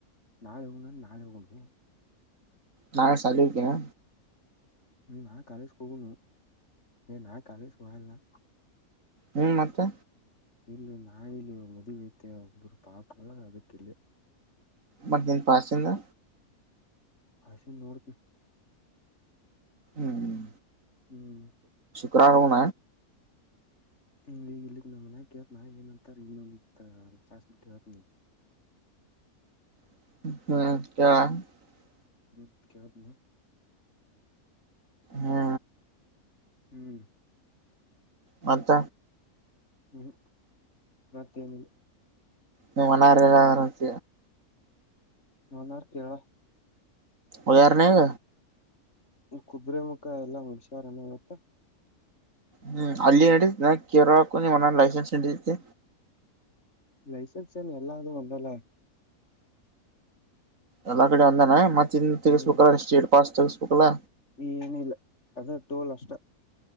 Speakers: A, on the left; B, on the right.
A: ನಾಳೆ ಒಣ ನಾಳೆ ಒನು
B: ನಾಾನೆ ಚಲಿಕೇನೆ
A: ಹ್ಮ್ ನಾ ಕಾಲೇಜ್ಗೆಗಣನು ನಾ ಕಾಲೇಜ್ ಹಲ್ಲ
B: ಹ್ಮ್ ಮತ್ತೆ
A: ಇಲ್ಲ ನಾಣಿಲು ಮದವತ ಒಬ್ಬರು ಪಪ ಅದಕ್ಕಲ್ಲ
B: ಮತ್ತ ನಿನ್ ಪಾಸಿಂದ
A: ಭಾಷೆ ನೋಡ್ತನ
B: ಹ್ಮ್
A: ಹ್ಮ್
B: ಗ್ರಾಗಣ
A: ಹ್ಮ್ ಈಗ ಇಲ್ಲಿಕ್ ಮನ್ಯೇತ್ನಾ ಏನಂತಾರ ಇನ್ನೊ ಸಸ್ ಬಿಟ್ಟು ಹತ್ನ
B: ಹ್ಮ್
A: ಹ್ಮ್ ಕತನಾ
B: ಹಾ
A: ಹ್ಮ್
B: ಮತ್ತ
A: ಹ್ಮ್ ಮತ್ತೇನುಲ್ಲ
B: ನೀ ಮನಾರಲ್ಲ ಆರಚ
A: ನನಾರು ಕೇಳ
B: ಉದಾರಣಾಗ
A: ಕುದುರೆ ಮುಖ ಎಲ್ಲಾ ಮುಷಾರಣ ಮತ್ತ
B: ಹ್ಮ್ ಅಲ್ಲಿ ನಡ ನ ಕೇರಕು ನೀವ್ ಲೈಸೆನ್ಸ್ ನಡತಿ
A: ಲೈಸನ್ಸಏನ್ನು ಎಲ್ಲಾದ ಒಂದಲ್ಲ
B: ಎಲ್ಲಾ ಕಡೆ ಒಂದಾನ ಮತ್ತ ಇಂದ ತಗಸ್ಬೇಕಲ್ಲ
A: ಹ್ಮ್
B: ಸೇಟ್ ಪಾಸ್ ತಗಸ್ಬೇಕಲ್ಲ
A: ಏನಿಲ್ಲ ಅದ ಟೋಲ್ ಅಷ್ಟ